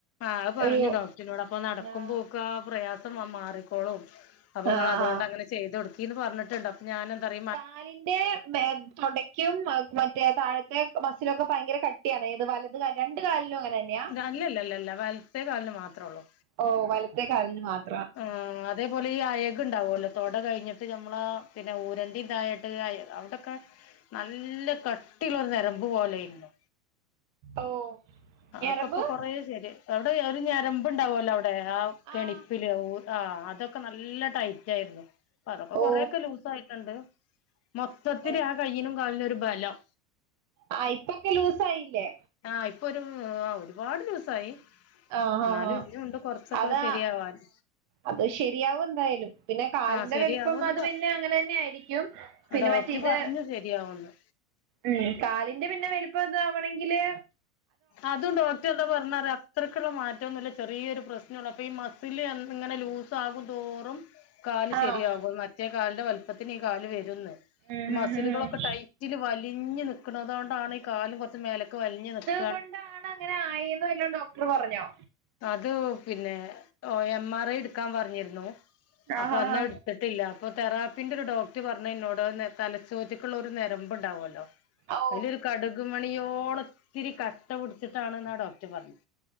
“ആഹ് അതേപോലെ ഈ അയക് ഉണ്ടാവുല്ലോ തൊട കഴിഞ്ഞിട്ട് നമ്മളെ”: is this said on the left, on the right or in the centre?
Left